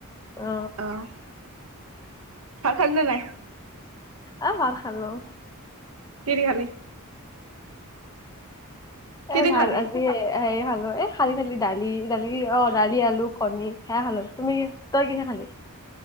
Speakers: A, on the left; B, on the right.
A: অ
B: অঁ'। ভাত খালি নে নাই?
A: এ ভাত খালোঁ।
B: কি দি খালি? কি
A: এ
B: দি
A: ভাত
B: খালি
A: আজি হেৰি খালো এ খালি খালি দালি দালি অঁ' দালি, আলু, কণী সেয়া খালো। তুমি তই কিহে খালি?